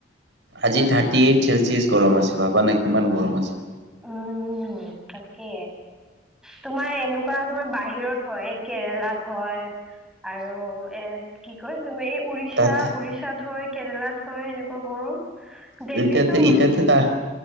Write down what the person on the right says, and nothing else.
আজি থাৰ টিএইট চেলচিয়াছ গৰম আছে ভাবা না কিমান গৰম আছে।
তাত
এতিয়াতে
ইততাতে তাহ